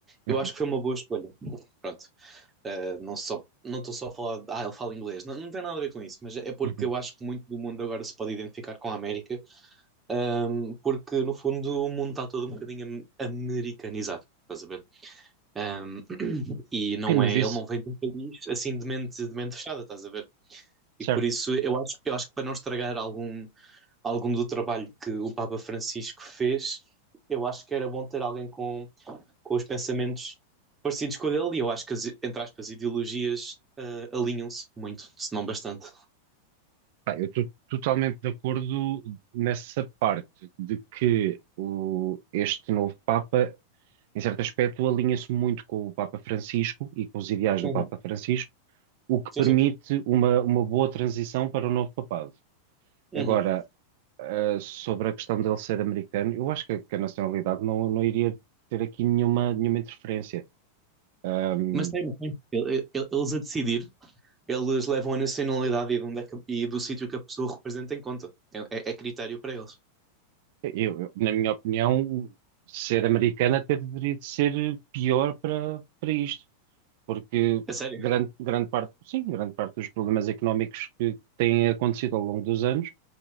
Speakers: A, on the right; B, on the right.
A: uhum,
B: eu acho que foi uma boa escolha. Pronto. Uh, não só, não estou só a falar, de, ah, ele fala inglês, não, não tem nada a ver com isso, mas é é porque
A: uhum.
B: eu acho que muito do mundo agora se pode identificar com a América, um, porque no fundo o mundo está todo um bocadinho am- americanizado, estás a ver? Um, <clears throat> e não
A: Sim, mas
B: é,
A: isso,
B: ele não vem de um país assim de mente, de mente fechada, estás a ver?
A: certo.
B: E por isso eu acho, eu acho que para não estragar algum, algum do trabalho que o Papa Francisco fez, eu acho que era bom ter alguém com com os pensamentos parecidos com o dele, e eu acho que as, entre aspas, ideologias ah, alinham-se muito, se não bastante.
A: Pá, eu estou totalmente de acordo nessa parte de que o, este novo Papa, em certo aspecto, alinha-se muito com o Papa Francisco e com os ideais
B: Uhum.
A: do Papa Francisco, o que
B: Sim,
A: permite
B: sim.
A: uma, uma boa transição para o novo papado.
B: Uhum.
A: Agora, Uh, sobre a questão dele ser americano, eu acho que, que a nacionalidade não, não iria ter aqui nenhuma, nenhuma interferência. Um,
B: Mas tem, tem. Ele- ele- Eles a decidir, eles levam a nacionalidade e, de onde é que- e do sítio que a pessoa representa em conta. É, é- é critério para eles.
A: eu, eu, na minha opinião, ser americano até deveria de ser pior para, para isto, porque
B: É sério?
A: grande, grande parte, sim, grande parte dos problemas económicos que têm acontecido ao longo dos anos